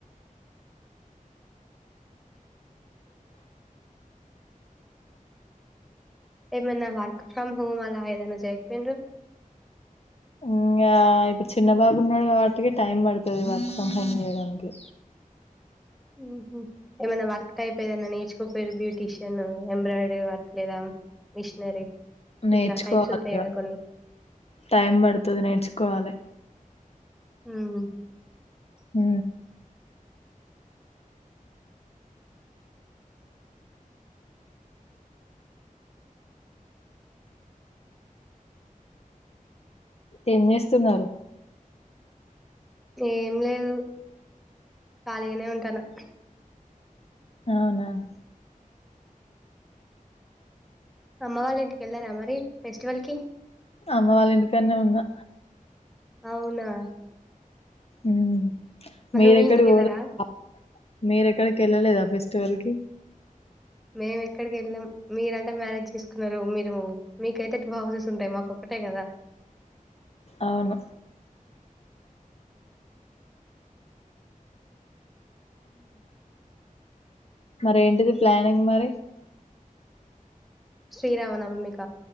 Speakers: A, in the centre; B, on the left (about 45°).
A: ఏమన్నా వర్క్ ఫ్రమ్ హోమ్ అలా ఏదన్నా జయక్పోయిండ్రు.?
B: ఇంగా ఇప్పుడు చిన్న బాబున్నాడు గాబట్టికి టైం బడుతది వర్క్ ఫ్రం హోమ్ జేయడాన్కి.
A: ఊహు. ఏమన్నా వర్క్ టైపు ఏదన్నా నేర్చుకోపోయిరు బ్యూటీషన్, ఎంబ్రాయిడరీ వర్క్, లేదా. మిషనరీ,
B: నేర్చుకోవాలి
A: ఇట్లా టైప్స్ ఉంటాయిగా
B: ఇగ
A: కొన్ని.
B: టైం బడుతది నేర్చుకోవాలె.
A: ఊహ్మ్.
B: ఊ. ఏం జేస్తున్నారు.?
A: ఏం లేదు, ఖాళీగానే ఉంటానా.
B: అవునా. !
A: అమ్మ వాళ్ళింటికెళ్లారా మరి ఫెస్టివల్ కి.? !
B: అమ్మ వాళ్ళింటికన్నే ఉన్నా.
A: అవునా. !
B: ఊహ్మ్. మీరెక్కడికి
A: మీ ఇంటికి వెళ్ళారా
B: <inaudible> మీరెక్కడికెళ్ళలేదా ఫెస్. టివల్కీ.
A: మేము ఎక్కడికి వెళ్ళాం. మీరంటే మ్యారేజ్ చేసుకున్నారు మీరు మీకైతే టూ హౌసెస్ ఉంటాయి మాకొక అంతే కదా
B: అవును మరి ఏంటిది ప్లానింగ్ మరి?
A: శ్రీరామ నవమిక